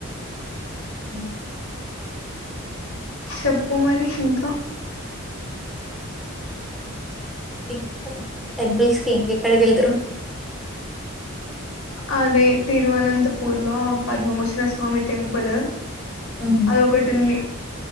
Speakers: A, in the centre; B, on the left.
A: హు
B: చెప్పు కుమారి ఇంకా
A: ఇం టెంపుల్స్ కి ఇంకెక్కడికి వెళ్తారు
B: అదే తిరువనంతపూర్లో పద్మ మోచ్చిన స్వామి త ప్పుల
A: ఉహు.
B: అదొటింది